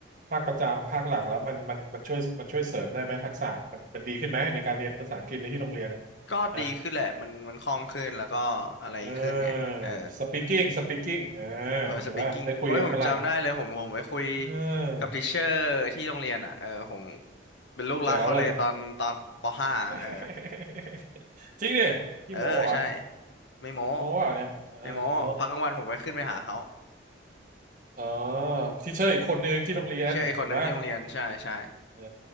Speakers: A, on the right; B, on the left.
A: ภาคประจำภาคหลักแล้วมันมันมันช่วยมันช่วยเสริมได้ไหมทักษะมันมันดีขึ้นไหมในการเรียนภาษาอังกฤษในที่โรงเรียนอ่ะ
B: ก็ดีขึ้นแหละมันมันคล่องขึ้นแล้วก็อะไรขึ้นไงเออ
A: นะ เออ speaking speaking เออ
B: เออสปีกิ้งโอ้ยผมจำได้เลยผมผมไปคุย
A: ถูกป่ะได้คุยกับฝรั่งเออ
B: กับทิเชอร์ที่โรงเรียนอ่ะเออผมเป็นลูกรักเขาเลยตอนตอนปห้าเออ
A: แจ๋วเลย <laughs> จริงดิพี่โม้ปะวะ
B: เออใช่ ไม่โม้
A: โม้เปล่าเนี่ยเอออ๋อ
B: ไม่โม้พักกลางวันผมไปขึ้นไปหาเขา
A: อ๋อทีเชอร์อีกคนนึงที่โรงเรียนถูกป่ะ
B: เชื่อไอ้คนหนึ่งที่โรงเรียนใช่ใช่
A: เออ